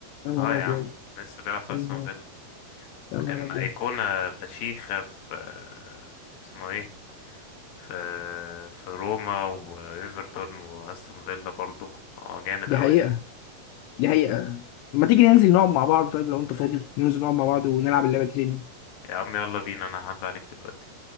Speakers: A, on the left (about 85°); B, on the left (about 65°).
A: يا نهار
B: اه يا
A: ابيض
B: عم لسه بيلعب في
A: يا
B: استون
A: نهار
B: فيلا
A: يا نهار
B: كان
A: ابيض
B: ايقونة فشيخة في آه، اسمه ايه في في روما وايفرتون واستون فيلا برضه هو جامد
A: دي
B: قوي
A: حقيقة دي حقيقة ما تيجي ننزل نقعد مع بعض طيب لو انت فاضي ننزل نقعد مع بعض ونلعب اللعبة دي تاني
B: يا عم يلا بينا انا هعدي عليك دلوقتي